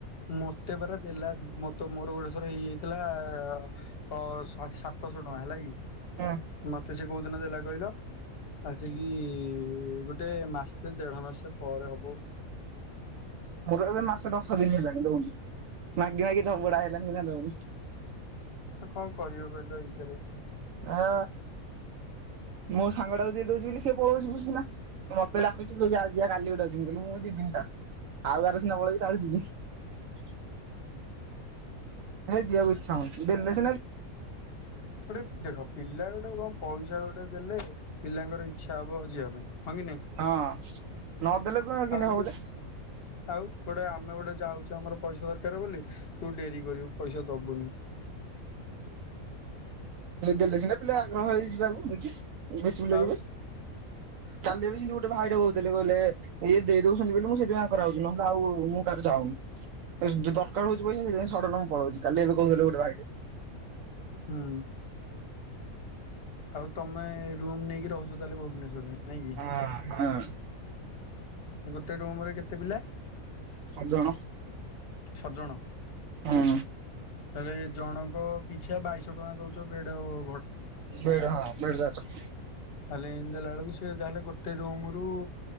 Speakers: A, on the left; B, on the right.
A: ମତେ ପରା ଦେଲା ମତେ ମୋର ଗୋଟେଥର ଇଏ ହେଇଥିଲା ଅ ସା ସାତଶହ ଟଙ୍କା ହେଲା କି
B: ହୁଁ
A: ମତେ ସେ କୋଉ ଦିନ ଦେଲା କହିଲ। ଆସିକି ଗୋଟେ ମାସ୍ ସେ ଦେଢ଼ ମାସ ପରେ ହବ।
B: ମୋର ଏବେ ମାସେ ଦଶ ଦିନ ହେଲାଣି ଦଉନି ମାଗି ମାଗି ଧବଡା ହେଲାଣି ନା ଦଉନି।
A: ଆ କଣ କରିବ କହିଲ ଏଇଥିରେ।
B: ଆଁ। ମୋ ସାଙ୍ଗଟାକୁ ଯିଏ ଦଉଛି ବୋଲି ସିଏ ପଳଉଚି ଭୁସ୍ କିନା ମତେ ଡାକୁଚି ଆ ଯିବା କାଲି ଗୋଟେ ଅଛି ମୁଁ କହିଲି ମୁଁ। ଯିବିନି ତ ଆଉ କାହାର ସିନା ପଳେଇବି ତାର ଯିବିନି। ହେ ଯିବାକୁ ଇଛା ହଉନି ଦେଲେ ସିନା କି।
A: ଗୋଟେ ଦେଖ ପିଲା ଗୋଟେ କଣ ପଇସା ଗୋଟେ। ଦେଲେ ପିଲାଙ୍କର ଇଚ୍ଛା ହବ ଯିବାପାଇଁ ହଁ କି ନାଇଁ।
B: ହଁ। ନଦେଲେ କଣ କେମିତି
A: ଆଉ ଯଦି
B: ହବ ଯେ
A: ଆଉ ଗୋଟେ ଆମେ ଗୋଟେ। ଯାଉଛି ଆମର ପଇସା ଦରକାର ବୋଲି। ତୁ ଡେରି କରିବୁ ପଇସା ଦବୁନି।
B: ଦେଲେ ସିନା ପିଲା ଆଗ୍ରହ ହେଇ ଯିବାକୁ ନେଇକି ବେଶୀ ପିଲା
A: ଆଉ
B: ଯିବେ କାଲିବେ ସେମତି ଗୋଟେ। ଗୋଟେ ଭାଇଟେ କହୁଥିଲେ କହିଲେ ଇଏ ଦେଇ ଦଉଛନ୍ତି ବୋଲି ମୁଁ ସେଥି ପାଇଁ ଆକଁର ଆଉଛି ନହେଲେ ଆଉ ମୁଁ କାହାର ଯାଉନି। ଦରକାର ହଉଛି ପଇସା ସେଇଥିପାଇଁ ସଡନ୍ ଡ ମୁଁ ପଳଉଛି କାଲି ଏବେ କହୁ ଗୋଟେ ଭାଇରେ।
A: ହୁଁ ଆଉ ତମେ ରୁମ ନେଇକି ରହୁଛ ତାହେଲେ ଭୁବନେଶ୍ଵରରେ। ନାଇଁ କି
B: ହଁ ହଁ।
A: ଗୋଟେ ରୁମ୍ ରେ କେତେ ପିଲା।
B: ଛଅ ଜଣ।
A: ଛଅ ଜଣ।
B: ହୁଁ
A: ତାହେଲେ ଏ ଜଣଙ୍କ ପିଛା ବାଇଶହ ଟଙ୍କା ଦଉଛ ବେଡ ଆଉ।
B: ବେଡ ହଁ ବେଡ ଯ
A: ତାହଲେ ଏମତି ଦେଲା ବେଳକୁ ସେ ଯହେଲେ ଗୋଟେ ରୁମ ରୁ